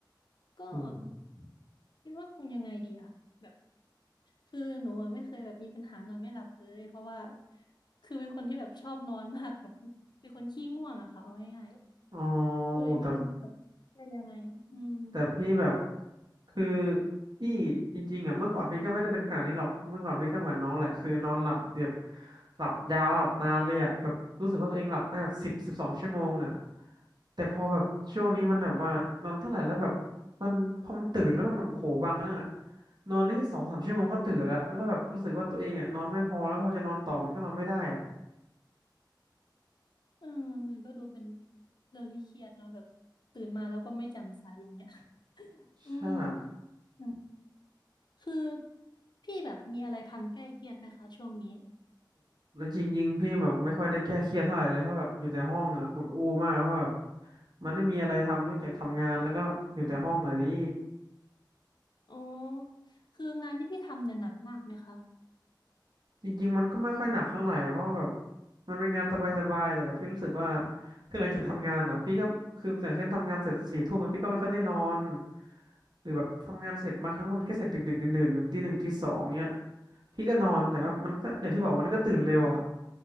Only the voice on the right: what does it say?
อืม
อ๋อ
โอ้แต่ แต่พี่แบบคือพี่จริงๆอ่ะเมื่อก่อนพี่ก็ไม่ได้เป็นขนาดนี้หรอกเมื่อก่อนพี่ก็เหมือนน้องแหละคือนอนหลับเดียบหลับยาวหลับนานเลยอ่ะแบบรู้สึกว่าตัวเองหลับได้แบบสิบสิบสองชั่วโมงอ่ะแต่พอแบบช่วงนี้มันแบบว่านอนเท่าไหร่แล้วแบบมันพอมันตื่นแล้วมันแบบโอ้โหบางครั้งอ่ะนอนได้แค่สองสามชั่วโมงก็ตื่นแล้วแล้วแบบรู้สึกว่าตัวเองอ่ะนอนไม่พอแล้วพอจะนอนต่อมันก็นอนไม่ได้อ่ะ
ใช่
จริงๆพี่แบบไม่ค่อยได้แก้เครียดเท่าไหร่เลยเพราะแบบอยู่แต่ห้องอ่ะอุดอู้มากเพราะแบบมันไม่มีอะไรทำนอกจากทำงานแล้วก็อยู่แต่ห้องอ่ะนี่
จริงๆมันก็ไม่ค่อยหนักเท่าไหร่อะเพราะแบบมันเป็นงานสบายๆแต่แบบพี่รู้สึกว่าคือหลังจากทำงานอ่ะพี่ก็คืออย่างเช่นทำงานเสร็จสี่ทุ่มอะพี่ก็ไม่ค่อยได้นอนหรือแบบทำงานเสร็จบางครั้งมันก็เสร็จดึกๆดื่นๆตีหนึ่งตีสองเนี้ยพี่ก็นอนแต่ว่ามันก็อย่างที่บอกว่ามันก็ตื่นเร็วอ่ะ